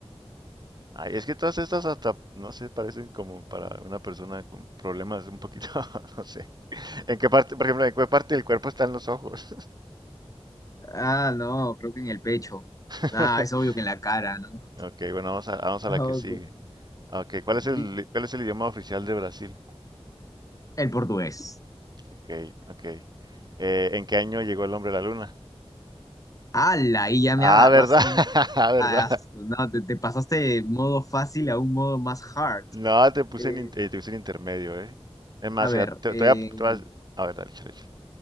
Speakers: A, on the right; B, on the left.
A: ay, es que todas estas hasta, no sé, parecen como para una persona con problemas un poquito, <laughs> no sé. ¿En qué parte, por ejemplo, en qué parte del cuerpo están los ojos?
B: ah, no, creo que en el pecho.
A: <laughs>
B: Ah, es obvio que en la cara, ¿no? <laughs>
A: Ok, bueno, vamos a, vamos a
B: Ah,
A: la que sigue.
B: güey.
A: Ok, ¿cuál es el,
B: Y-
A: cuál es el idioma oficial de Brasil?
B: El portugués.
A: Ok, ok. Eh, ¿en qué año llegó el hombre a la luna?
B: ¡Hala! Ahí ya me
A: Ah,
B: agarras.
A: ¿verdad? <laughs> Ah, ¿verdad?
B: Ah, no, te, te pasaste de modo fácil a un modo más hard.
A: No, te puse
B: Eh,
A: en, in- eh, te puse en intermedio, ¿eh? Es más,
B: a ver,
A: mira, te,
B: eh,
A: te voy a, te voy a... a ver, dale, échale, échale.